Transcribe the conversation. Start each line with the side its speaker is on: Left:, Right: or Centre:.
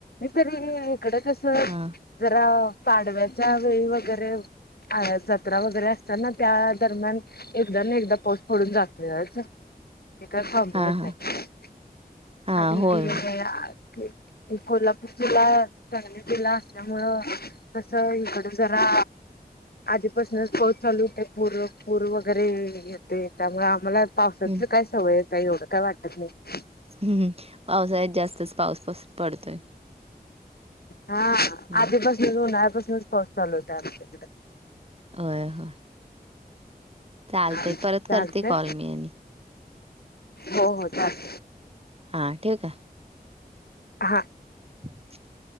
Left: तरी इकडं कसं
Right: हां
Left: जरा पाडव्याच्या वेळी वगैरे जत्रा वगैरे असतना त्या दरम्यान एकदा ना एकदा पाऊस पडून जातोयाच हे काय थाबंना
Right: हा हा
Left: बाई
Right: हा होय
Left: <inaudible>
Right: होय
Left: हे कोल्हापूर जिल्हा सांगली जिल्हा असल्यामुळं कस इकड जरा आधीपासुनच पाऊस चालु होतय पूर पूर वगैरे येते त्यामुळे आम्हाला पावसाची
Right: हम्म
Left: काय सवय आहे एवढं काय वाटत नाही
Right: हं पावसाळ्यात जास्तच पाऊस पडतोय
Left: हां
Right: हम्म
Left: आधीपासुनच उन्हाळ्यापासुनच पाऊस चालु होता आमच्या इकड
Right: होय होय चालते
Left: हा
Right: परत
Left: चालतंय
Right: करते कॉल मी आणि
Left: हो हो चालते
Right: हां ठेवु का-
Left: हां
Right: <unintelligible>